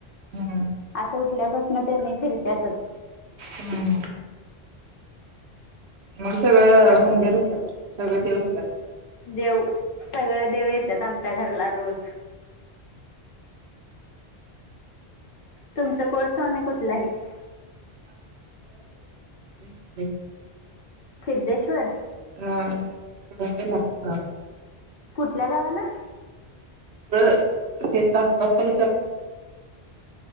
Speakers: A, on the right (about 75°); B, on the left (about 60°).
A: हम्म
B: असं उठल्यापासून त्यांनी फिरततच.
A: हम्म मग सगळं मंदिर होतात सगळे देव
B: हम्म
A: होतात.
B: देव सगळे देव येतात आमच्या घरला रोज तुमचं कोळ स्वामी कुठलं आहे.
A: हो.
B: सिद्धेश्वर
A: हा कढ लांग
B: कुठल्या गावाला
A: तिकडं ते तास चालूत